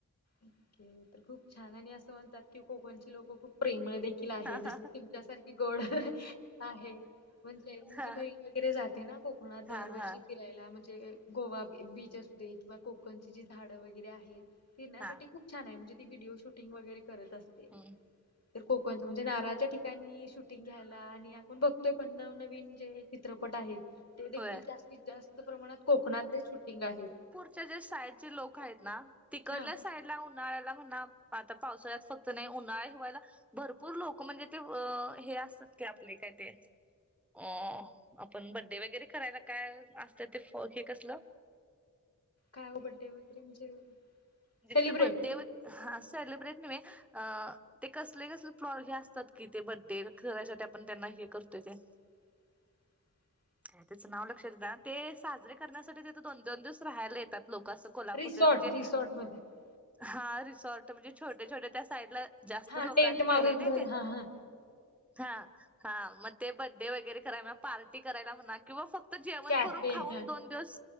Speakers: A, on the left; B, in the centre.
A: ओके तर खूप छान आणि असं म्हणतात की कोकणची लोक खूप प्रेमळ देखील आहे
B: हा हा
A: तुमच्यासारखी गोड आहे. म्हणजे माझी
B: हा
A: बहीण वगैरे जाते ना कोकणात दरवर्षी
B: हा हा
A: फिरायला म्हणजे गोवा बीच असू दे किंवा कोकण जी झाडं वगैरे आहेत फिरण्यासाठी
B: हा
A: खूप छान आहे म्हणजे ती व्हडिओ शूटिंग वगैरे करत अस
B: हम्म
A: ते कोकणच म्हणजे नारळाच्या ठिकाणी शूटिंग घ्यायला आणि आपण बघतोय पण नवनवीन जे चित्रपट आहेत ते देखील
B: होय
A: जास्तीत- जास्त प्रमाणात कोकणातलेच शूटिंग आहेत.
B: त्यांच्या साईडची लोक आहेत ना तिकडल्या
A: हा
B: सा साईडला उन्हाळ्याला म्हणा आता पावसाळ्यात फक्त नाही उन्हाळा हिवाळाला भरपूर लोक म्हणजे ते हे असतात की आपले काय ते अ आपण बर्डे वगैरे करायला काय असत ते फ हे कसलं
A: काय ओ बर्डे वगैरे म्हणजे!
B: म्हणजे
A: सेलिब्रेट
B: त बर्डे सेलिब्रेट न अ ते कसले -कसले प्लॉट हे असतात कि ते बड्डे खेण्यासाठी आपण त्यांना हे करतोय ते
A: <unintelligible>
B: त्याचं नाव लक्षात ना ते साजरे करण्यासाठी तिथं दोन- दोन दिवस राहायला येतात लोक असं कोल्हापूरचे
A: रिसॉर्ट
B: म्हणजे
A: <unintelligible>
B: हा रिसॉर्ट म्हणजे छोट्या -छोट्या त्या साईडला जास्त
A: हा
B: लोकांनी
A: टेंट मारून
B: केलेय नाय
A: घर
B: ते.
A: हा हा
B: हा हा मग ते बड्डे वगैरे करायला पार्टी करायला म्हणा किंवा फक्त तर जेवण
A: कॅफे
B: करून खाऊन
A: हा
B: दोन दिवस